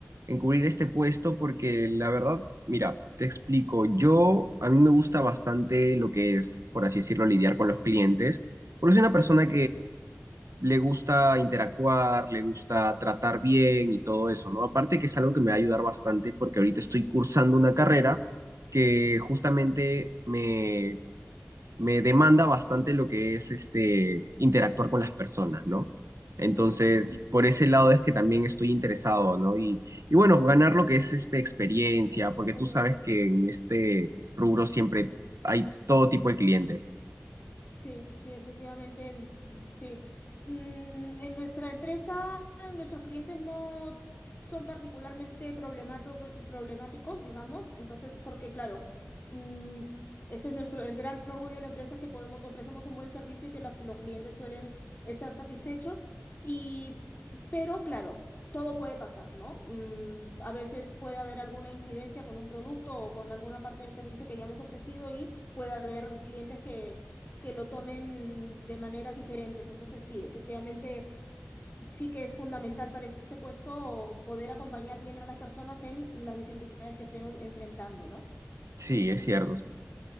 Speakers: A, on the right (about 85°); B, on the left (about 35°).
A: en cubrir este puesto porque la verdad, mira, te explico. Yo, a mí me gusta bastante lo que es, por así decirlo, lidiar con los clientes. Porque soy
B: Ujú,
A: una persona le gusta interactuar, le gusta tratar bien y todo eso, ¿no? Aparte que es algo que me va a ayudar bastante porque ahorita estoy cursando una carrera que justamente me, me demanda bastante lo que es este, interactuar con las personas, ¿no?
B: ujú.
A: Entonces, por ese lado es que también estoy interesado, ¿no? Y, y bueno, ganar lo que es este, experiencia, porque
B: Experiencia.
A: tú sabes que en este rubro siempre hay todo tipo de cliente.
B: Sí, sí, efectivamente, mm, sí. Mm, En nuestra empresa, nuestros clientes no son particularmente problemato- problemáticos, digamos, entonces, porque claro, mm, ese es nuestro, el gran orgullo de la empresa es que podemos, ofrecemos un buen servicio y que la- los clientes suelen estar satisfechos. Y, pero claro, todo puede pasar, ¿no? Mm, a veces puede haber alguna incidencia con un producto o con alguna parte del servicio que ya hemos ofrecido y puede haber clientes que que lo tomen de maneras diferentes. Entonces, sí, efectivamente, sí que es fundamental para ese puesto poder acompañar bien a las personas en las dificultades que estén enfrentando, ¿no?
A: Sí, es
B: Entonces,
A: cierto.
B: tú-